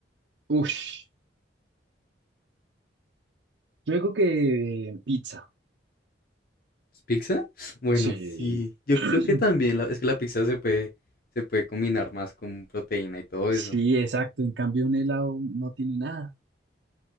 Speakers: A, on the right; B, on the left.
A: Ush, yo digo que pizza.
B: ¿Es ¿Pizza? <sniffs> Bueno,
A: Sí.
B: sí, yo
A: <clears throat>
B: creo que también, la- es que la pizza se puede, se puede combinar más con proteína y todo
A: Sí,
B: eso.
A: exacto. En cambio, un helado no tiene nada.